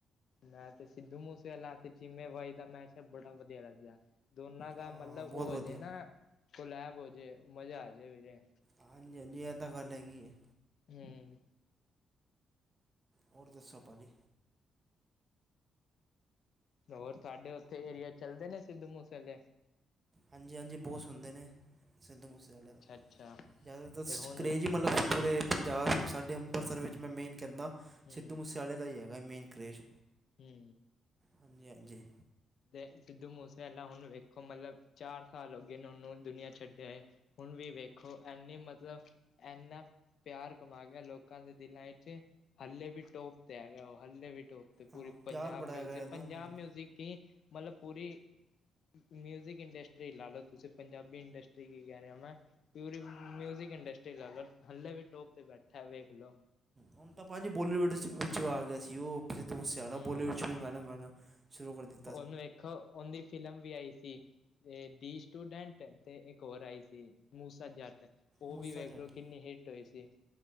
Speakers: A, on the left; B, on the right.
A: ਮੈਂ ਤੇ ਸਿੱਧੂ ਮੂਸੇਵਾਲਾ ਤੇ ਚੀਮੇ ਬਾਈ ਦਾ ਮੈਸ਼ ਬੜਾ ਵਧੀਆ ਲੱਗਦਾ। ਦੋਨਾਂ ਦਾ
B: ਹਾਂ
A: ਮਤਲਬ
B: ਬਹੁਤ
A: ਉਹ
B: ਵਧੀਆ
A: ਹਜੇ ਨਾ ਕੁਲਲੈਬ ਹੋਜੇ ਮਜ਼ਾ ਆਜੇ ਵੀਰੇੇ।
B: ਹਾਂਜੀ-ਹਾਂਜੀ, ਇਹ ਤਾਂ ਗੱਲ ਹੈਗੀ ਹੈ।
A: ਹੂੰ।
B: ਹੋਰ ਦੱਸੋ ਭਾਜੀ?
A: ਹੋਰ ਸਾਡੇ ਉੱਥੇ ਏਰੀਆ ਚੱਲਦੇ ਨੇ ਸਿੱਧੂ ਮੂਸੇ ਆਲੇ?
B: ਹਾਂਜੀ-ਹਾਂਜੀ, ਬਹੁਤ ਸੁਣਦੇ ਨੇ ਸਿੱਧੂ ਮੂਸੇਵਾਲੇ
A: ਅੱਛਾ-ਅੱਛਾ
B: ਦਾ। ਜ਼ਿਆਦਾਤਰ
A: ਤੇ ਹੁਣ
B: ਕਰਰੇਜ਼
A: ਵੀ
B: ਹੀ ਮਤਲਬ ਪੂਰੇ ਪੰਜਾਬ ਸਾਡੇ ਅੰਮ੍ਰਿਤਸਰ ਵਿੱਚ ਮੈਂ ਮੇਨ ਕਹਿੰਦਾ।
A: ਹੂੰ।
B: ਸਿੱਧੂ ਮੂਸੇਵਾਲੇ ਦਾ ਹੀ ਹੈਗਾ ਮੇਨ ਕੇਜ।
A: ਹੂੰ।
B: ਹਾਂਜੀ-ਹਾਂਜੀ।
A: ਤੇ ਸਿੱਧੂ ਮੂਸੇਵਾਲਾ ਹੁਣ ਵੇਖੋ ਮਤਲਬ ਚਾਰ ਸਾਲ ਹੋ ਗਏ ਨੇ ਉਹਨੂੰ ਦੁਨੀਆਂ ਛੱਡਿਆ ਹੋਏ। ਹੁਣ ਵੀ ਵੇਖੋ ਇਨੀ ਮਤਲਬ ਇਨਾਂ ਪਿਆਰ ਕਮਾ ਗਿਆ ਲੋਕਾਂ ਦੇ ਦਿਲਾਂ ਵਿੱਚ। ਹਲੇ ਵੀ ਟੋਪ ਤੇ ਹੈਗਾ। ਓਹ ਹੱਲੇ ਵੀ ਟੋਪ ਤੇ ਪੂਰੀ
B: ਹਾਂ
A: ਪੰਜਾਬ
B: ਪਿਆਰ ਬੜਾ
A: ਮਿਊਜਿਕ,
B: ਹੈਗਾ ਇਹਦਾ
A: ਪੰਜਾਬ
B: ਹੁਣ
A: ਮਿਊਜਿਕ ਹੀ ਮਤਲਬ ਪੂਰੀ ਮਿਊਜ਼ਿਕ ਇੰਡਸਟਰੀ ਲਾ ਲਓ ਤੁਸੀਂ ਪੰਜਾਬੀ ਇੰਡਸਟਰੀ ਕੀ ਕਹਿ ਰਹੇ ਹੋ ਮੈਂ ਪਿਊਰੀ ਮਿਊਜਿਕ ਇੰਡਸਟਰੀ ਲੈ ਲਓ ਹਲੇੇ ਵੀ ਟੋਪ ਤੇ ਬੈਠਾ ਵੇਖ ਲੋ।
B: ਹੁਣ ਤਾਂ ਭਾਜੀ ਬੋਲੀਵੁੱਡ ਵਿੱਚ ਆ ਗਿਆ ਸੀ ਉਹ ਸਿੱਧ ਮੂਸਿਆਲਾ
A: ਹੂੰ।
B: ਬੋਲੀਵਡ ਚ ਗਣ ਮਣ ਸ਼ੁਰੂ ਕਰ ਦਿੱਤੀ
A: ਉਹਨੂੰ ਇੱਕ ਉਹਦੀ ਫਿਲਮ ਵੀ ਆਈ ਸੀ। ਤੇ ਦੀ ਸਟੂਡੈਂਟ ਤੇ ਇੱਕ ਹੋਰ ਆਈ ਸੀ ਮੂਸਾ ਜੱਟ। ਉਹ
B: ਮੂਸਾ
A: ਵੀ ਵੇਖ
B: ਜੱਟ
A: ਲਓ ਕਿੰਨੀ ਹਿੱਟ ਹੋਈ ਸੀ,